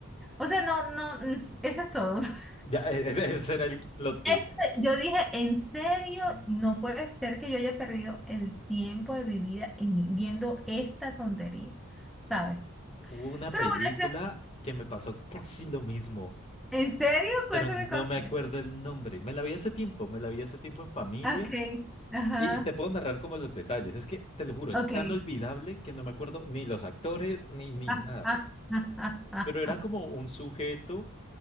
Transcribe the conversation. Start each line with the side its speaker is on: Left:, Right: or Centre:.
Centre: O sea, no, no, <laughs> mm, eso es todo. <laughs>
Left: ya, e- e, ese, ese era el plot twist.
Centre: Ese- yo dije, en serio,
Left: Mm.
Centre: no puede ser que yo haya perdido el tiempo de mi vida en- viendo esta tontería, ¿sabes?
Left: Hubo una
Centre: Pero
Left: película
Centre: bueno,
Left: que me pasó casi lo mismo,
Centre: ese- en serio,
Left: pero
Centre: cuéntame
Left: no
Centre: cuál
Left: me acuerdo
Centre: fue.
Left: el nombre. Me la vi hace tiempo, me la vi hace tiempo en familia.
Centre: Ok, ajá,
Left: Y, y te puedo narrar como los detalles. Es que, te lo juro,
Centre: ok.
Left: es tan olvidable que no me acuerdo ni los actores ni, ni
Centre: <laughs>
Left: nada.
Centre: Ah, ah, ah, ah, ah,
Left: Pero era
Centre: ah,
Left: como un sujeto